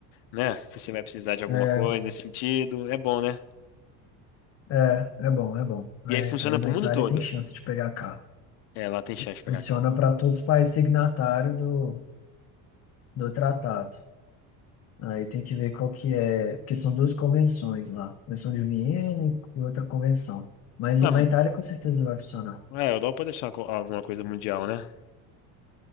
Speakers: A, on the left; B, on the left.
A: né? Se você vai precisar de alguma
B: é,
A: coisa nesse sentido, é bom, né?
B: é, é bom, é bom.
A: E
B: Aí,
A: aí funciona
B: aí na
A: pro mundo
B: Itália
A: todo.
B: tem chance de pegar carro.
A: É, lá tem chance de pegar
B: Funciona
A: carro.
B: para todos os países signatários do, do tratado. Aí tem que ver qual que é, porque são duas convenções lá, Convenção de Viena e e outra convenção. Mas
A: Ah,
B: na Itália com certeza vai funcionar.
A: é, a Europa deve ser uma co- alguma coisa mundial, né?